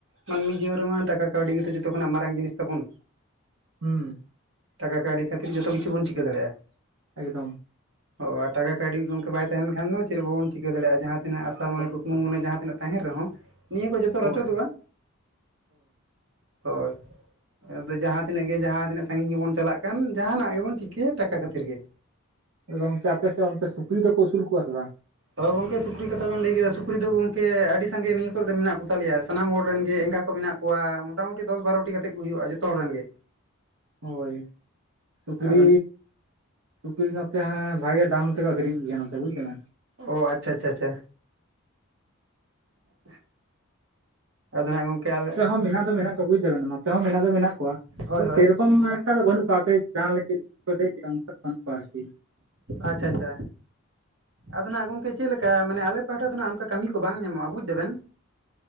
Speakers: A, on the right; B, on the right.
A: ᱢᱟᱹᱱᱢᱤ ᱡᱤᱭᱚᱱ ᱨᱮᱢᱟ ᱴᱟᱠᱟ ᱠᱟᱹᱣᱰᱤ ᱜᱮᱛᱚ ᱡᱚᱛᱚ ᱠᱷᱚᱱᱟᱜ ᱢᱟᱨᱟᱝ ᱡᱤᱱᱤᱥ ᱛᱟᱵᱩᱱ᱾
B: ᱦᱩᱸ
A: ᱴᱟᱠᱟ ᱠᱟᱹᱣᱰᱤ ᱠᱷᱟᱹᱛᱤᱨ ᱜᱮᱛᱚ ᱡᱚᱛᱚ ᱠᱤᱪᱷᱩ ᱵᱚᱱ ᱪᱤᱠᱟᱹ ᱫᱟᱲᱮᱭᱟᱜ-ᱟ ᱾
B: ᱮᱠᱫᱚᱢ,
A: ᱚ ᱟᱨ ᱴᱟᱠᱟ ᱠᱟᱹᱣᱰᱤ ᱜᱚᱢᱠᱮ ᱵᱟᱭ ᱛᱟᱦᱮᱱ ᱠᱷᱟᱱ ᱫᱚ ᱪᱮᱫ ᱵᱟᱵᱱ ᱪᱤᱠᱟᱹ ᱫᱟᱲᱮᱭᱟᱜᱟ ᱡᱟᱦᱟᱸ ᱛᱤᱱᱟᱹᱜ ᱟᱥᱟ ᱢᱚᱱᱮ
B: ᱦᱳᱭ
A: ᱠᱩᱠᱢᱩ ᱢᱚᱱᱮ ᱡᱟᱦᱟᱸ ᱛᱤᱱᱟᱹᱜ ᱛᱟᱦᱮᱱ ᱨᱮᱦᱚᱸ ᱱᱤᱭᱟᱹ ᱠᱩ ᱡᱚᱛᱚ
B: ᱦᱳᱭ
A: ᱨᱚᱪᱚᱫᱚᱜ-ᱟ᱾ ᱦᱳᱭ, ᱟᱫᱚ ᱡᱟᱦᱟᱸ ᱛᱤᱱᱟᱹᱜ ᱜᱮ ᱡᱟᱦᱟᱸ ᱛᱤᱱᱟᱹᱜ ᱥᱟᱺᱜᱤᱧ ᱜᱮᱵᱩᱱ ᱪᱟᱞᱟᱜ ᱠᱟᱱ ᱡᱟᱦᱟᱱᱟᱜ ᱜᱮᱵᱩᱱ ᱪᱤᱠᱟᱹ ᱴᱟᱠᱟ ᱠᱷᱟᱹᱛᱤᱨ ᱜᱮ᱾
B: ᱜᱚᱝᱠᱮ ᱟᱯᱮᱥᱮᱜ ᱚᱱᱛᱮ ᱥᱩᱠᱨᱤ ᱫᱚᱠᱩ ᱟᱹᱥᱩᱞ ᱠᱚᱣᱟ ᱥᱮ ᱵᱟᱝ?
A: ᱦᱳᱭ ᱜᱚᱝᱠᱮ ᱥᱩᱠᱨᱤ ᱠᱟᱛᱷᱟ ᱵᱮᱱ ᱞᱟᱹᱭ ᱠᱮᱫᱟ ᱥᱩᱠᱨᱤ ᱫᱚ ᱜᱚᱝᱠᱮ ᱟᱹᱰᱤ ᱥᱟᱸᱜᱮ ᱱᱤᱭᱟᱹ ᱠᱚᱨᱮ ᱫᱚ ᱢᱮᱱᱟᱜ ᱠᱚᱛᱟᱞᱮᱭᱟ ᱥᱟᱱᱟᱢ ᱦᱚᱲ ᱨᱮᱱ ᱜᱮ ᱮᱸᱜᱟ ᱠᱚ ᱢᱮᱱᱟᱜ ᱠᱚᱣᱟ ᱢᱚᱴᱟᱢᱩᱴᱤ ᱫᱚᱥ ᱵᱟᱨᱚᱴᱤ ᱠᱟᱛᱮ ᱠᱩ ᱦᱩᱭᱩᱜᱼᱟ ᱡᱚᱛᱚ ᱦᱚᱲ ᱨᱮᱱ ᱜᱮ᱾
B: ᱦᱳᱭ ᱥᱩᱠᱨᱤ
A: ᱟᱫᱚ
B: ᱥᱩᱠᱨᱤ ᱱᱚᱛᱮ ᱦᱟᱸᱜ ᱵᱷᱟᱜᱮ ᱫᱟᱢ ᱛᱮᱠᱚ ᱟᱹᱠᱷᱨᱤᱧ ᱠᱚ ᱜᱮᱭᱟ ᱱᱚᱛᱮ ᱵᱩᱡᱽ ᱫᱟᱵᱮᱱ᱾
A: ᱚ ᱟᱪᱪᱷᱟ ᱟᱪᱷᱟ ᱪᱷᱟ᱾ <unintelligible> ᱟᱫᱚ ᱱᱟᱜ ᱜᱚᱝᱠᱮ ᱟᱫᱼᱼ
B: ᱥᱮᱫ ᱦᱚᱸ ᱢᱮᱱᱟᱜ ᱫᱚ ᱢᱮᱱᱟᱜ ᱠᱚᱣᱟ ᱵᱩᱡᱽ ᱫᱟᱵᱮᱱ ᱱᱚᱛᱮ ᱦᱚᱸ ᱢᱮᱱᱟᱜ ᱫᱚ ᱢᱮᱱᱟᱜ ᱠᱚᱣᱟ ᱟᱫᱚ
A: ᱦᱳᱭ
B: ᱵᱩᱡᱫᱟᱵᱮᱱ ᱥᱮᱨᱚᱠᱚᱢ ᱮᱠᱷᱟ ᱫᱚ ᱵᱟᱹᱱᱩᱜ ᱠᱚᱣᱟ ᱟᱯᱮ ᱡᱟᱦᱟᱸ ᱞᱮᱠᱟ ᱞᱟᱹᱭᱟ <inaudible> ᱚᱝᱠᱟ ᱫᱚ ᱵᱟᱹᱱᱩᱜ ᱠᱚᱣᱟ ᱟᱨᱠᱤ᱾
A: ᱟᱪᱪᱷᱟ ᱟᱪᱪᱷᱟ᱾ ᱟᱫᱚ ᱱᱟᱜ ᱜᱚᱝᱠᱮ ᱪᱮᱫ ᱞᱮᱠᱟ ᱢᱟᱱᱮ ᱟᱞᱮ ᱯᱟᱦᱟᱴᱟ ᱫᱚ ᱱᱟᱦᱟᱜ ᱚᱱᱠᱟ ᱠᱟᱹᱢᱤ ᱠᱚ ᱵᱟᱝ ᱧᱟᱢᱚᱜᱼᱟ ᱵᱩᱡᱽ ᱫᱟᱵᱮᱱᱼᱼ